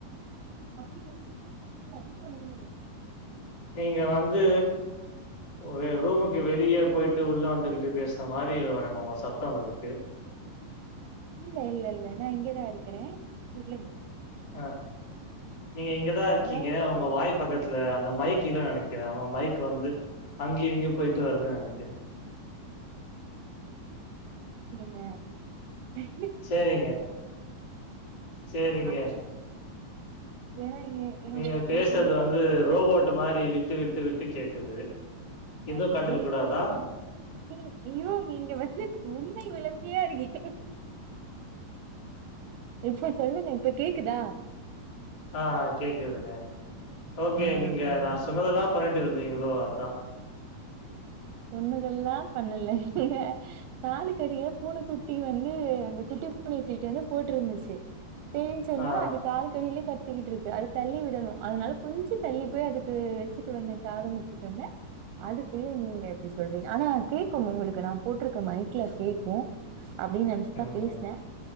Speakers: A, on the right; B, on the left.
A: அப்டின்கரப்போ கூட்டம் வந்து அதிக அது
B: நீங்க வந்து ஒரு ரூமுக் கு வெளியே போயிட்டு உள்ள வந்துகிட்டு பேசின மாதிரி உங்க சத்தம் இருக்கு
A: இல்ல இல்ல இல்ல நான் இங்கேதான் இருக்கிறேன் தெரியல
B: அஹ் நீங்க இங்கதான் இருக்கீங்க
A: அதாவது
B: உங்க வாய் பக்கத்துல அந்த மைக் இல்ல நனெக்கிறேன் உங்க மைக் வந்து அங்கேயும் எங்கயும் போயிட்டு வருது நினைக்கிறேன்
A: ம்
B: செரிங்க செரிங்க
A: ஆ ஏன்னா எ என்னோட
B: நீங்க பேசறது
A: என்னோட எங்கயா
B: வந்து
A: குட்டி
B: ரோபோட் மாதிரி விட்டு விட்டு விட்டு விட்டு கேக்குது இது
A: ஐய்யயோ
B: கண்டுக்க கூடாதா
A: நீ ஐயோ நீங்க வந்து உண்மை விளம் பியா இருக்கீங்க இப்ப சொல்லுங்க இப்ப கேக்குதா
B: ஆ கேக்குதுங்க ஓகே
A: ஆ
B: நீங்க
A: அதுதா
B: நான் சொன்னதெல்லாம் பண்ணிட்டு இருந்தீங்களோ அதான்
A: சொன்னதெல்லாம் பண்ணலங்க காலு கடிய பூனைக்குட்டி வந் து அந்த குட்டி பூனைய தூக்கிட்டு வந்து போட்டு இருந்துச்சு செரின்னு சொன்னா
B: ஆ
A: அது காலுக்கு கடியையிலயே க சுத்திக்கிட்டு இருக்கு அதை தள்ளி விடணும் அதனால கொஞ்சம் தள்ளி போய் அதுக்கு வச்சுட்டு வந்தேன் சாதம் வச்சுட்டு வந்தேன் அதுக்குள்ள நீங்க இப்டி சொல்றீங்க ஆனா கேக்கும் உங்களுக்கு நான் போட்டிருக்க மைக்ல கேட்கும் அப்படின்னு நினைச்சிதான்
B: ம்
A: பேசினேன்